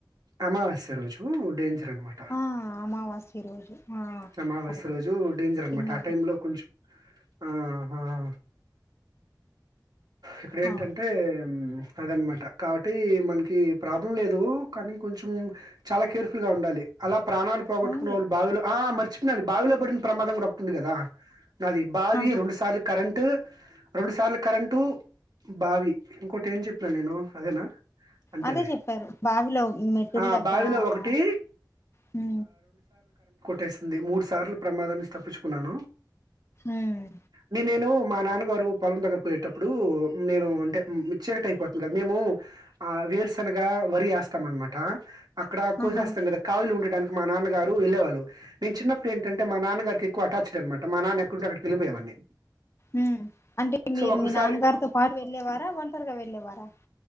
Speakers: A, on the right (about 65°); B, on the left (about 35°).
A: అమావాస్య రోజు డేంజర్ అన్మాట
B: ఆ అమావాస్య రోజు ఆ
A: అమావాస్య
B: కరెక్ట్
A: రోజు డేంజర్ అన్మాట
B: విన్నా
A: పూలో
B: విన్నా
A: కొంచెం ఆ హా హా ఇక్కడ ఏంటంటే
B: ఆ,
A: ఏం అదనమాట కాబట్టి మనకి ప్రాబ్లెమ్ లేదు కాని కొంచం చాలా కేర్ఫుల్ గా ఉండాలి అలా ప్రాణాలు పోగొట్టుకునోలు
B: అవునులే
A: బావి లో ఆ మర్చి బావిలో పడిన ప్రమాదం కూడ ఉంది కదా నాది బావి
B: ఆహా
A: రెండు సార్లు కరెంట్ టు రెండు సార్లు కరెంటు బావి ఇంకోటి ఏం చెప్పిన నేను అదేనా అంతేలే
B: అదే చెప్పారు బావిలో మెట్టుల
A: ఆ
B: దగ్గర
A: బావిలో ఒకటి
B: ఆ హు
A: టేసింది మూడు సార్లు ప్రమాదాం నుంచి తప్ పిచుకున్నాను
B: ఉమ్
A: నే నేనూ మా నాన్నగారు పొలం దగ్గర పోయేటప్పుడు నేను అంటే మిక్చర్ టైపోతుంది కదా మేమూ ఆ వేరుశనగ వరి ఏస్తాం అనమాట అక్కడ కోసేస్తాం
B: ఆహా
A: కదా కాళ్ళు ఉండడానికి మా నాన్న గారు ఏళ్ళే వాళ్ళు నేను చిన్నప్పుడు ఏంటంటే మా నాన్న గారికి ఎక్కువ అటాచ్డ్ అన్ మాట మా నాన్న ఎక్కడుంటే అక్కడికెళ్లి పోయే వాడిని
B: ఉమ్ అంటే మీరు
A: ఒకసారి
B: మీ నాన్నగారితో పాటు వెళ్ళేవారా ఒంటరిగా వెళ్ళేవారా